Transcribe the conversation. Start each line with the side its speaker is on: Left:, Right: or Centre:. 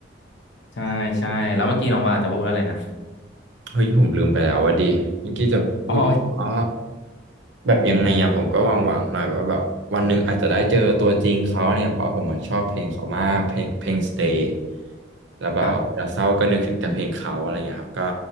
Left: ใช่ใช่แล้วเมื่อกี้น้องว่าแต่ว่าพูดอะไรนะ
Right: เฮ้ยผมลืมไปแล้วว่าดีเมื่อกี้จะพูดอ๋อ
Left: อ๋อ
Right: แบบยังไงอะผมก็หวังๆหน่อยว่าแบบวันหนึ่งอาจจะได้เจอตัวจริงเขาเนี่ยเพราะผมอะชอบเพลงเขามากเพลงเพลง Stay แล้วแบบว่าเวลาเศร้าก็นึกถึงแต่เพลงเขาอะไรเงี้ยครับก็
Left: ครับ